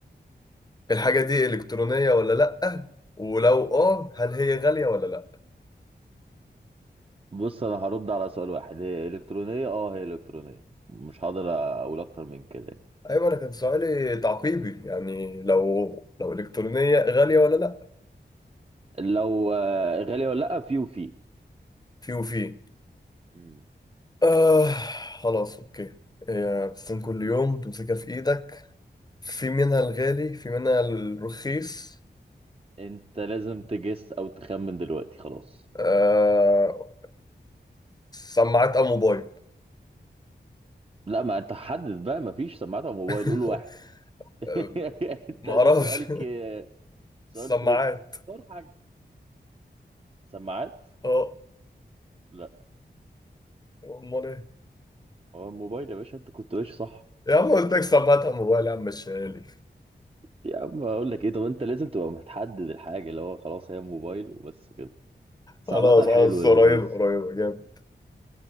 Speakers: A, on the left (about 20°); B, on the right (about 30°).
A: الحاجة دي إلكترونية ولا لأ؟ ولو آه هل هي غالية ولا لأ؟
B: بص انا هرد على سؤال واحد هي الكترونيه اه هي الكترونيه مش هقدر اقول اكتر من كده يعني.
A: ايوه انا كان سؤالي تعقيبي يعني لو لو الكترونيه غاليه ولا لا
B: لو آه، غاليه ولا لا في وفي
A: في وفي
B: مم.
A: آه خلاص اوكي آه، بتستخدم كل يوم تمسكها في ايدك في منها الغالي في منها الرخيص
B: انت لازم تجس او تخمن دلوقتي خلاص
A: آه سماعات او موبايل
B: لا ما انت حدد بقى ما فيش سماعات على موبايل
A: <laughs>
B: قول واحد <laughs>
A: آه،
B: انت
A: ما
B: ده
A: اعرفش
B: سؤالك آه، سؤال
A: <laughs> سماعات
B: تريكي اختار حاجه سماعات
A: اه
B: لا
A: امال ايه
B: هو الموبايل يا باشا انت كنت ماشي صح
A: يا عم قلت لك سماعات او موبايل يا عم مش غالي
B: يا عم اقول لك ايه طب انت لازم تبقى متحدد الحاجه اللي هو خلاص هي موبايل وبس كده صعبة
A: خلاص خلاص
B: حلو لذيذ
A: قريبة قريبة جامد